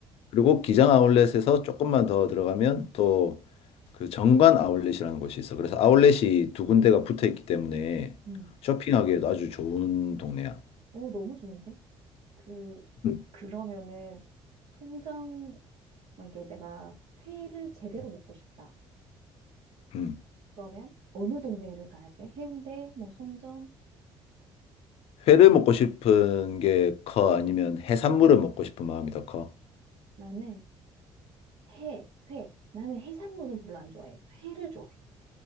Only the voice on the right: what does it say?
음,
어, 너무 좋은데? 그,
그러면은 송정, 만 이게 내가 회를 제대로 먹고 싶다.
그러면 어느 동네를 가야 돼? 해운대, 뭐 송정?
나는 해, 회. 나는 해산물은 별로 안 좋아해. 회를 좋아해.